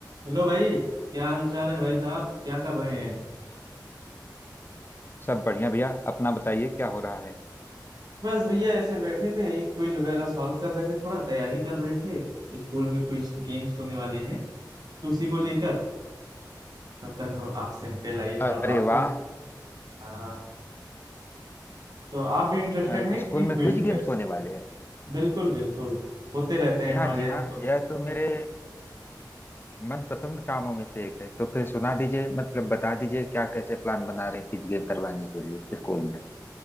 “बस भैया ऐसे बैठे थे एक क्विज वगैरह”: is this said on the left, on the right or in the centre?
Right